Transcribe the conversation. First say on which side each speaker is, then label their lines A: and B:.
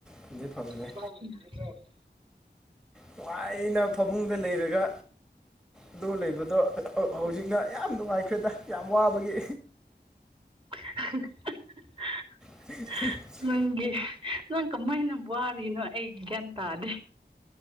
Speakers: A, in the centre; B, on the right.
A: ꯑꯗꯨꯗꯤ ꯐꯕꯅꯦ
B: <unintelligible>
A: ꯅꯨꯡꯉꯥꯏꯅ ꯐꯃꯨꯡꯗ ꯂꯩꯔꯒ ꯑꯗꯨ ꯂꯩꯕꯗꯣ ꯍꯧ ꯍꯧꯖꯤꯛꯅ ꯌꯥꯝ ꯅꯨꯡꯉꯥꯏꯈ꯭ꯔꯦꯗ ꯌꯥꯝ ꯋꯥꯕꯒꯤ
B: <unintelligible>
A: <unintelligible>
B: ꯅꯪꯒꯤ ꯅꯪ ꯀꯃꯥꯏꯅ ꯋꯥꯔꯤꯅꯣ ꯑꯩ ꯒ꯭ꯌꯥꯟ ꯇꯥꯗꯦ